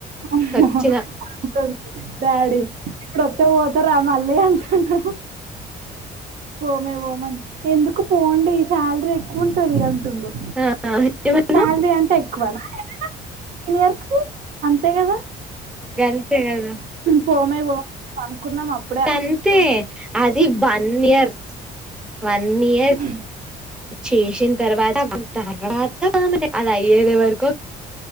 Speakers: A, on the right; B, in the centre.
A: అమ్మో
B: వచ్చిన
A: <unintelligible> డాడీ ఇప్పుడొస్తే పోతారా మళ్ళీ అంటుండు ఓమే ఓమం ఎందుకు పోండి శాలరీ ఎక్కువ ఉంటది అంటుడు
B: ఆ ఏమన్నావ్
A: శాలరీ అంటా ఎక్కువనా సీనియర్స్ కి అంతే కదా
B: గంతే కదా
A: పోమే పో పనుకున్నాం అప్
B: అంతే అది వన్ ఇర్ వన్ ఇయర్
A: అ
B: చేసిన తర్వాత <inaudible> తర్వాత <inaudible> అది అయ్యేది వరకు